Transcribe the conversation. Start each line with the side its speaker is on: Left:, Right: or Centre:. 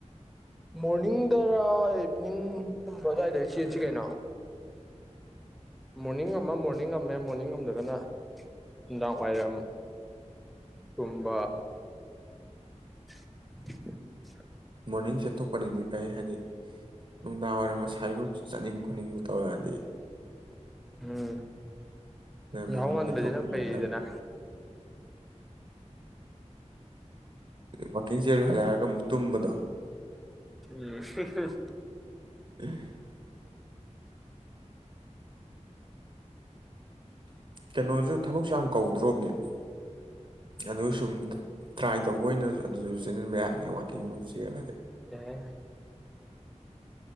Centre: ꯃꯣꯔꯅꯤꯡꯗꯔ ꯏꯚꯤꯅꯤꯡꯒꯨꯝꯕ ꯑꯗꯨꯋꯥꯏꯗ ꯆꯦꯟꯁꯤ ꯀꯩꯅꯣ ꯃꯣꯔꯅꯤꯡ ꯑꯃ ꯃꯣꯔꯅꯤꯡ ꯑꯃ ꯃꯣꯔꯅꯤꯡ ꯁꯝꯗꯒꯅ ꯅꯨꯡꯗꯥꯡ ꯋꯥꯏꯔꯝ ꯒꯨꯝꯕ <inaudible>
Right: ꯃꯣꯔꯅꯤꯡ ꯆꯦꯟꯊꯣꯛꯄꯅꯗꯤ ꯐꯩ ꯍꯥꯏꯗꯤ ꯅꯨꯡꯗꯥꯡ ꯋꯥꯏꯔꯝ ꯃꯁꯥꯐ ꯆꯠꯅꯤꯡ ꯈꯣꯠꯅꯤꯡꯕ ꯇꯧꯔꯛꯑꯗꯤ
Centre: ꯎꯝ ꯌꯥꯍꯥꯎ
Right: ꯃꯣꯔꯅꯤꯡ
Centre: ꯉꯟꯕꯕꯁꯤꯅ
Right: ꯆꯦꯟꯊꯣꯛꯈꯤꯕꯅ
Centre: ꯐꯩꯗꯅ
Right: ꯐꯩ ꯋꯥꯛꯀꯤꯡ ꯆꯦꯜ ꯂꯣꯏꯍꯜꯂꯛꯑꯒ ꯑꯃꯨꯛ ꯇꯨꯝꯕꯗꯣ
Centre: ꯎꯝ
Right: <inaudible> ꯀꯩꯅꯣꯁꯨ ꯊꯕꯛꯁꯨ ꯌꯥꯝ ꯀꯧꯗ꯭ꯔꯣꯕꯅꯦ ꯑꯗꯨ ꯁꯨꯝ ꯇ꯭ꯔꯥꯏ ꯇꯧꯕ ꯑꯣꯏꯅ ꯑꯗꯨꯗꯁꯨ ꯆꯦꯂꯕ ꯌꯥꯗꯅ ꯑꯩ ꯋꯥꯅꯤ ꯀꯗꯨꯁꯔꯤꯌꯥꯗ
Centre: ꯑꯦ